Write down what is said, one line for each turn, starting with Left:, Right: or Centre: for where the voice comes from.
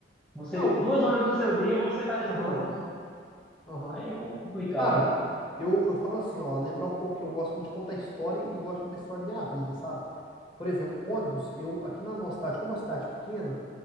Centre: Você,
Left: Não,
Centre: duas horas do seu dia você está dentro
Left: aham,
Centre: do ônibus.
Left: aham.
Centre: Aí é complicado,
Left: Cara,
Centre: né?
Left: eu, eu falo assim, ó, lembrar um pouco que eu gosto muito de contar história e gosto de contar história da minha vida, sabe? Por exemplo, ônibus, eu aqui na nossa cidade, como é uma cidade pequena,